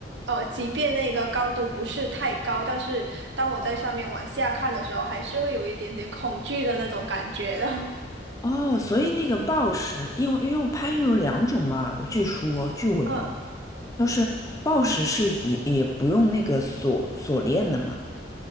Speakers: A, on the right; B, on the left.
A: 呃，即便那个高度不是太高，但是当我在上面往下看的时候，还是会有一点点恐惧的那种感觉的。
B: 哦，所以那个暴食，因为因为攀岩有两种嘛，我据说据我了
A: <laughs> 嗯。
B: 就是暴嗯食是也也不用那个锁锁链的嘛。